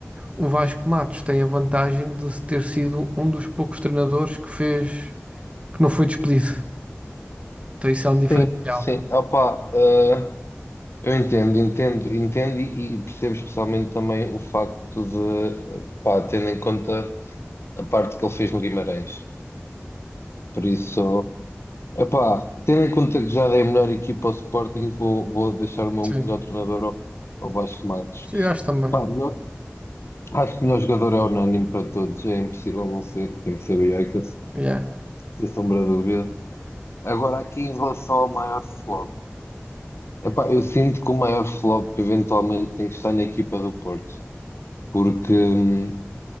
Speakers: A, on the right; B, on the left.
A: O Vasco Matos tem a vantagem de ter sido um dos poucos treinadores que fez que não foi despedido. Então isso é um diferencial.
B: sim, sim, opá, eh, eu entendo, entendo, entendo e, e percebo especialmente também o facto de, eh, pá, tendo em conta a parte que ele fez no Guimarães. Por isso, opá, tendo em conta que já dei a melhor equipa ao Sporting, vou, vou deixar o meu
A: Sim,
B: melhor treinador ao, ao Vasco Matos.
A: sim, acho também.
B: Pá, melhor- acho que o melhor jogador é unânime para todos, é impossível não ser, tem que ser o Jaikas.
A: Yeah.
B: Sem sombra de dúvida. Agora, aqui em relação ao maior flop, epá, eu sinto que o maior flop eventualmente tem que estar na equipa do Porto, porque hum,